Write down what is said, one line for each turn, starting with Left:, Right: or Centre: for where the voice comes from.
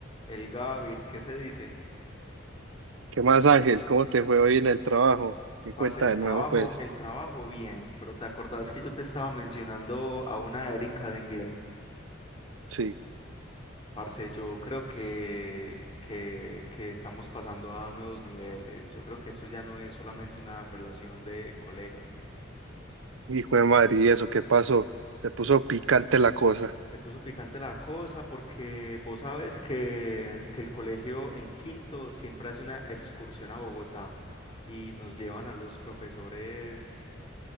Left: El Gavir, ¿qué se dice?
Right: ¿Qué más, Ángel? ¿Cómo te fue hoy en el trabajo? ¿Qué
Left: Parce,
Right: cuenta
Left: el
Right: de
Left: trabajo,
Right: nuevo? Pues
Left: el trabajo bien, pero ¿te acordás que yo te estaba mencionando a una Erika de inglés?
Right: sí,
Left: Parce, yo creo que, que, que estamos pasando a nuevos niveles. Yo creo que esto ya no es solamente una relación de colegas.
Right: hijo de madre, ¿y eso qué pasó? Se puso picante la cosa,
Left: Se puso picante la cosa porque vos sabes que, que el colegio en quinto siempre hace una excursión a Bogotá y nos llevan a los profesores